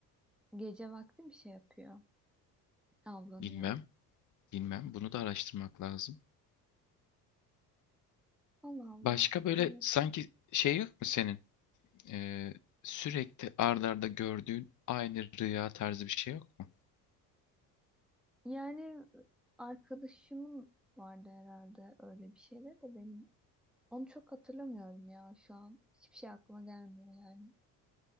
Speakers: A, in the centre; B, on the left (about 40°).
A: gece vakti bir şey yapıyor? Avlanıyor.
B: Bilmem, bilmem. Bunu da araştırmak lazım.
A: Allah Allah.
B: Başka böyle
A: Evet.
B: sanki şey yok mu senin? Ee, sürekli ard arda gördüğün aynı rüya tarzı bir şey yok mu?
A: Yani arkadaşımın vardı herhalde öyle bir şeyler de benim Onu çok hatırlamıyorum ya şu an. Hiçbir şey aklıma gelmiyor yani.